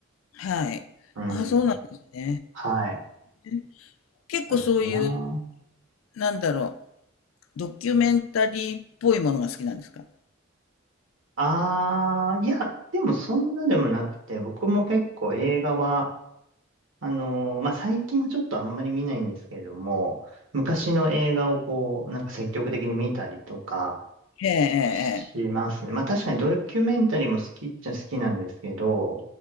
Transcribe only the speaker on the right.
うん。
はい。
なるほどな。
ああ、いや、でもそんなでもなくて、僕も結構映画は、あのーまあ、最近はちょっとあんまり見ないんですけれども、昔の映画をこう、なんか積極的に見たりとか
しますね。まあ確かにドキュメンタリーも好きっちゃ好きなんですけど、